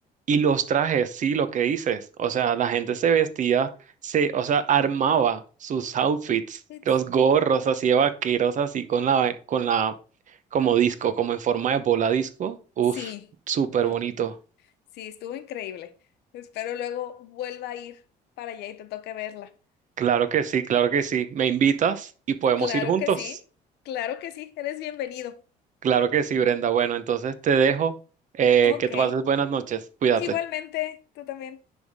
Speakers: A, on the right; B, on the left.
A: Y los trajes, sí, lo que dices. O sea, la gente se vestía, se, o sea, armaba sus outfits,
B: It's-
A: los gorros así de vaqueros, así con la, con la, como disco, como en forma de bola disco. Uf.
B: sí.
A: Súper
B: to-
A: bonito.
B: Sí, estuvo increíble. Espero luego vuelva a ir para allá y te toque verla.
A: Claro que sí, claro que sí. ¿Me invitas y podemos
B: Claro
A: ir juntos?
B: que sí, claro que sí, eres bienvenido.
A: Claro que sí, Brenda. Bueno, entonces te dejo. Eh,
B: Ok,
A: que te pases buenas noches. Cuídate.
B: igualmente, tú también.